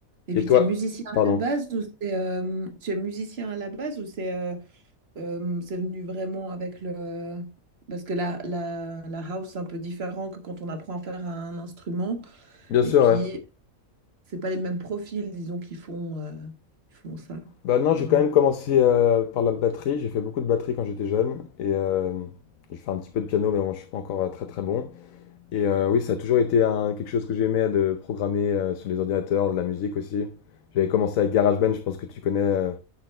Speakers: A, on the right (about 50°); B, on the left (about 80°).
A: Et
B: Et
A: puis,
B: toi,
A: tu es musicien à
B: pardon.
A: la base ou c'est, euh, tu es musicien à la base ou c'est euh, Euh, c'est venu vraiment avec le... Parce que la, la, la house, c'est un peu différent que quand on apprend à faire un instrument.
B: Bien
A: Et
B: sûr,
A: puis,
B: ouais.
A: c'est pas les mêmes profils, disons, qui font, euh, qui font ça,
B: Bah non, j'ai
A: généralement.
B: quand même commencé euh, par la batterie. J'ai fait beaucoup de batterie quand j'étais jeune. Et euh, j'ai fait un petit peu de piano, mais bon, je suis pas encore euh, très très bon. Et euh, oui, ça a toujours été un- quelque chose que j'aimais de programmer euh, sur les ordinateurs, de la musique aussi. J'avais commencé avec GarageBand, je pense que tu connais. euh,